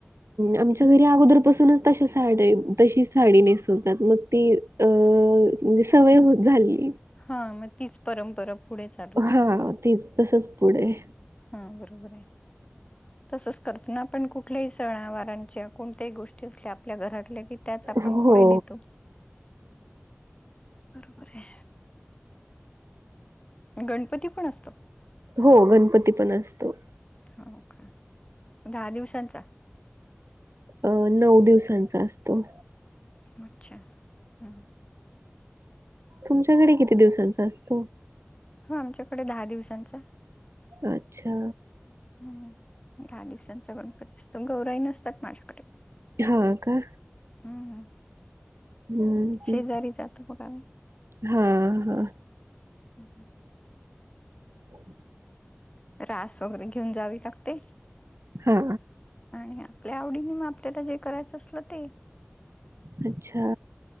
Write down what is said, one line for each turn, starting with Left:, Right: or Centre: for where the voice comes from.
Right: आमच्या घरी अगोदरपासूनच तश्या साड्या तशीच साडी नेसवतात मग ते अ म्हणजे सवय होत झाली.
Left: हा मग तीच परंपरा पुढे चाल.
Right: हा तेच तसंच पुढे
Left: हा बरोबर आहे तसच करतो ना आपण कुठल्याही सण आवारांच्या कोणत्याही गोष्टी आपल्या घरातल्या की त्याच आपण
Right: हो
Left: पुढे नेतो. बरोबर आहे. गणपती पण असतो.
Right: हो गणपती पण असतो.
Left: हो का दहा दिवसांचा
Right: अ नऊ दिवसांचा असतो.
Left: अच्छा हम्म.
Right: तुमच्याकडे किती दिवसांचा असतो?
Left: हो आमच्याकडे दहा दिवसांचा.
Right: अच्छा.
Left: हम्म दहा दिवसांचा गणपती असतो गौराई नसतात माझ्याकडे.
Right: हा का?
Left: हम्म
Right: हम्म
Left: शेजारी जातो बघायला.
Right: हा, हा.
Left: हम्म, हम्म.
Right: <unintelligible>
Left: रास वगैरे घेऊन जावी लागते.
Right: हा
Left: आणि आपल्या आवडीने मग आपल्याला जे करायचं असल ते.
Right: अच्छा.